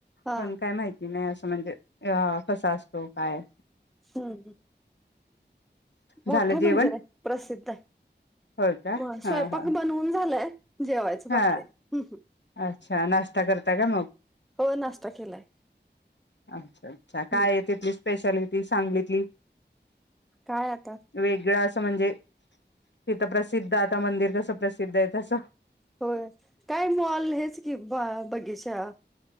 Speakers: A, in the centre; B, on the left (about 75°).
A: हा
B: पण काय माहिती नाही असं म्हणजे अ कसा असतो हो काय
A: हम्
B: झालं
A: मोठं
B: जेवण
A: मंदिर आहे प्रसिद्ध आहे
B: होय का
A: म
B: हा
A: स्वयंपाक
B: हा
A: बनव पण झालंय जेवायचं
B: हा
A: बाकी य
B: अच्छा नाश्ता करता का मग
A: हो नाश्ता केलाय
B: अच्छा अच्छा काय
A: हम्म
B: आहे तिथली स्पेशलिटी सांगितली
A: काय आता
B: वेगळं असं म्हणजे तिथं प्रसिद्ध आता मंदिर कसं प्रसिद्ध आहे तसं
A: होय काय मॉल हेच की बा बगीचा